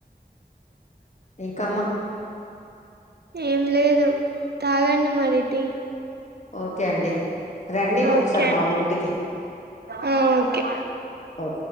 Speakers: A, on the left; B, on the right.
A: ఇంకమ్మా
B: ఏం లేదు తాగండి మరి టీ
A: ఓకే అండి రండి
B: ఓకే
A: ఒకసారి
B: అండి
A: మా ఊ ఇంటికి
B: అ ఓకే
A: ఓకే